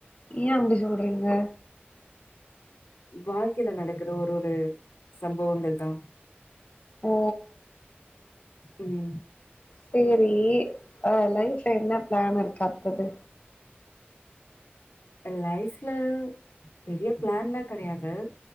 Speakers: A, on the left (about 35°); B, on the left (about 80°).
A: ஏ அப்டி சொல்றீங்க
B: வாழ்க்கைல நடக்குற ஒரு ஒரு சம்பவங்கள் தா
A: ஓ
B: உம்
A: சேரி ஆ லைஃப்ல என்ன பிளான் இருக்கு அத்தது
B: லைஃப்ல பெரிய பிளான்ல்லா கெடையாது